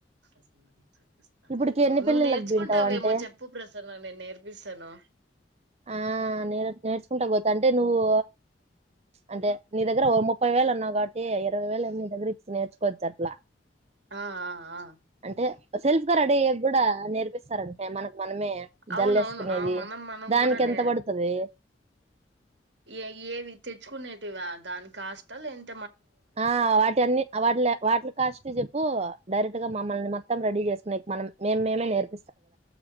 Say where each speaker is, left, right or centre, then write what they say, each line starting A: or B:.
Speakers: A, on the right (about 75°); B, on the right (about 35°).
A: ప్రసన్న దిచ్చేయ్
B: ఇప్పటికి ఎన్ని
A: నువ్వు
B: పెళ్ళిళ్ళకి
A: నేర్చుకుం
B: వింటావు
A: గవేమో
B: అంటే
A: చెప్పు ప్రస్ సన్న నేన్ నేర్పిసను
B: ఆ నేలట్ నేర్చ్ చంటా పోతేా అంటే నువ్వు అంటే నీ దగ్గర ముప్పై వేలు ఉన్నావు కాబట్టి ఇరవై వేలు నీ దగ్గర ఇ నేర్చుకోవచ్చు అట్లా
A: ఆ ఆ ఆ
B: అంటే సెల్ఫ్ గారు అడ కూడా నేర్పిస్తారంటే మనకు మనమే
A: అవును
B: జల్లేసుకునేవి.
A: అవును ఆ మనం మనం
B: దానికెంత
A: కూడా న
B: పడతది?
A: ఏ ఏవి తెచ్చుకునేటివి దాని కాస్ట్ త లేండ్
B: ఆ వాటి అన్నిీ వాటి వాటిల కాస్ట్ చెప్పు డైరెక్ట్ గా మమ్మల్ని మొత్తం రెడీ చేసుకున్నాయి మనం మేము మేమే లేేరు